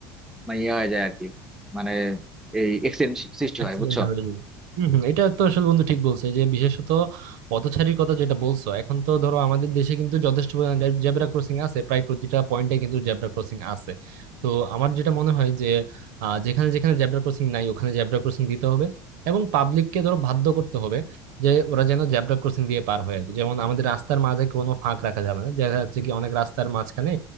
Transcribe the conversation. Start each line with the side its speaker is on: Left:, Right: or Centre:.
Centre: মানে ইয়ে হয়ে যায় আর কি মানে এই এক্সিডেন্ট সৃষ্টি
Right: অ্যাক্সিডেন্ট
Centre: হয় বুঝছো
Right: হয়ে যায় হম হম এটা তো আসলে বন্ধু ঠিক বলছে যে বিশেষত পথচারীর কথা যেটা বলছো এখন তো ধরো আমাদের দেশে কিন্তু যথেষ্ট জেব্রা ক্রসিং আছে প্রায় প্রতিটা পয়েন্টে কিন্তু জেব্রা ক্রসিং আছে তো আমার যেটা মনে হয় যে আহ, যেখানে যেখানে জেব্রা ক্রসিং নাই ওখানে জেব্রা ক্রসিং দিতে হবে এবং পাবলিককে ধরো বাধ্য করতে হবে যে ওরা যেন জেব্রা ক্রসিং দিয়ে পার হয় আর কি। যেমন আমাদের রাস্তার মাঝে কোনো ফাঁক রাখা যাবে না দেখা যাচ্ছে কি অনেক রাস্তার মাঝখানে